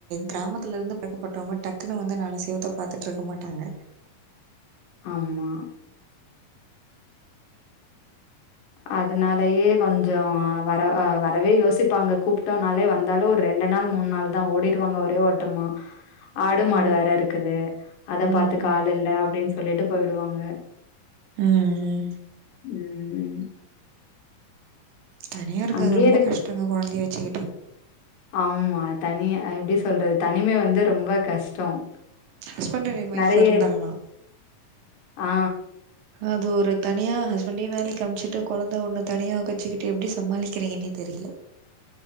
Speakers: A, on the right; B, on the left.
A: கிராமத்துல இருந்து பழக்கப்பட்டவங்க டக்குன்னு வந்து நாலு செவுத்த பாத்துட்டு இருக்க மாட்டாங்க
B: ஆமா அதனாலயே கொஞ்ச வர வரவே யோசிப்பாங்க கூப்பட்டோம்னாலே வந்தாலும் ஒரு ரெண்டு நாள் மூணு நாள் தா ஓடிடுவாங்க ஒரே ஓட்டமா ஆடு மாடு
A: ம்
B: வேற இருக்குது அத
A: ம்
B: பார்த்துக
A: ம்
B: ஆள் இல்ல அப்படின்னு சொல்லிட்டு போயிடுவாங்க
A: உம்
B: உம்
A: தனியா இருக்கறது
B: அங்கேயே
A: ரொம்ப
B: இருக்
A: கஷ்டங்க குழந்தைய வச்சுக்கிட்டு
B: ஆமா தனியா எப்படி சொல்றது தனிமை வந்து ரொம்ப கஷ்டம்
A: ஹஸ்பண்ட் அண்ட் ஒய்ஃப்
B: நிறைய
A: இருந்துர்லா
B: ஆ
A: அது ஒரு தனியா ஹஸ்பண்டையு வேலைக்கு அமிச்சிட்டு குழந்த ஒன்னு தனியா வக்கச்சிக்கிட்டு எப்டி சமாளிக்கிறீங்கன்னே தெரியல